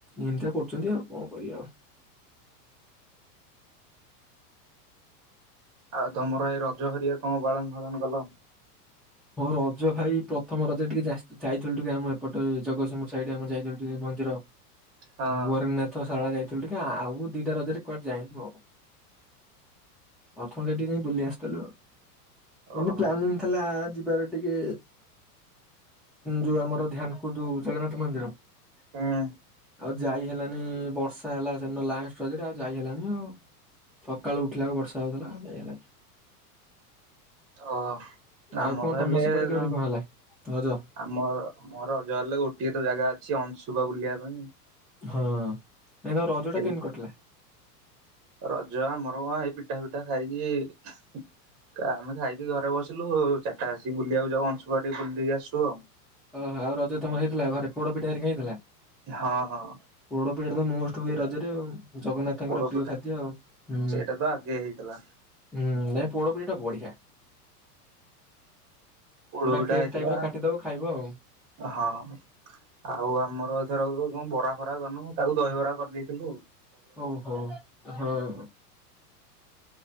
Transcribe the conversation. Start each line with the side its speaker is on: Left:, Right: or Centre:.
Centre: ଏମିତି ତ କରୁଚନ୍ତି ଆଉ କଣ କରିବା ଆଉ।
Right: ଆଉ ତମର ଏଇ ରଜ ହେରିଆ କଣ ପାଳନ ଫାଳନ କଲ?
Centre: ହଁ ରଜ ଭାଇ ପ୍ରଥମ ରଜ ଟିକେ ଯା ଯାଇଥିଲୁ ଟିକେ ଆମ ଏପଟେ ଜଗତସିଂପୁର ସାଇଡ୍ ଆମେ ଯାଇଥିଲୁ ଟିକେ ମନ୍ଦିର
Right: ହଁ
Centre: ବରିଗନାଥ ଶାଳା ରେ ଥିଲୁ ଟିକେ ଆ ଆଉ ଦିଟା ରଜରେ କୁଆଡେ ଯାଇନୁ ଆଉ ପ୍ରଥମ ସେ ଟିକେ ଯାଇଁ ବୁଲି ଆସିଥିଲୁ ଆଉ। ଏମିତି
Right: ଓହୋ
Centre: ପ୍ଲାନ୍ ଥିଲା ଯିବାର ଟିକେ ଯୋଉ ଆମର ଧ୍ୟାନ କୁ ଜଗନ୍ନାଥ ମନ୍ଦିର
Right: ହୁଁ।
Centre: ଆଉ ଯାଇ ହେଲାନି ବର୍ଷା ହେଲା ସେଦିନ ଲାଷ୍ଟରେ ଆଉ ଯାଇ ହେଲାନି ଆଉ ସକାଳୁ ଉଠିଲା ବେଳକୁ ବର୍ଷା ହଉଥିଲା ଯାଇ ହେଲାନି।
Right: ଓ ନା
Centre: ଆଉ
Right: ଆମ
Centre: କଣ
Right: କହିଲେ
Centre: ତମ ସେପଟେ କେମିତି
Right: ତମ
Centre: କଣ ହେଲା ରଜ
Right: ଆମ ମୋର ରଜ ହେଲେ ଗୋଟିଏ ତ ଜାଗା ଅଛି ଅ ଶୁଭ ବୁଲିବା ପାଇଁ
Centre: ହଁ। ନାଇଁ ତମ ରଜ
Right: ସେଇଠି।
Centre: ଟା କେମିତି କଟିଲା?
Right: ରଜ ଆମର କଣ ଏଇ ପିଠା ପିଠା ଖାଇକି ଆମେ ଖାଇକି ଘରେ ବସି ଥିଲୁ ଆଉ ଚରିଟା ଆସିକ ବୁଲିବାକୁ ଯାଉ ଅଂଶୁପା ଟିକେ ବୁଲିକି ଦେଇ ଆସିବୁ ଆଉ।
Centre: ଓହୋ ଆଉ ରଜ ତମ ହେଇଥିଲା ଘରେ ପୋଡ ପିଠା ହେରିକା ହେଇଥିଲା।
Right: ହଁ ହଁ
Centre: ପୋଡ ପିଠା ତ ମୋଷ୍ଟ
Right: ସେଟା
Centre: ହୁଏ ରଜରେ ଆଉ ଜଗନ୍ନାଥଙ୍କର
Right: ପୋଡ
Centre: ପ୍ରିୟ
Right: ପିଠା
Centre: ଖାଦ୍ୟ ହୁଁ
Right: ସେଇଟା ତ ଆଗେ ହେଇଥିଲା
Centre: ହୁଁ ନାଇ ପୋଡପିଠା ବଢିଆ।
Right: ପୋଡପିଠା
Centre: ପୁରା କେକ୍
Right: ହେଇଥିଲା
Centre: ଟାଇପ ର କାଟିଦବ ଖାଇବ ଆଉ।
Right: ହଁ ଆଉ ଆମର ଧର ବରା ଫରା କରନୁ ତାକୁ ଦହିିବରା କରିଦେଲୁ। ହେଲୋ,
Centre: ଓଉ ହଉ ହଁ <inaudible>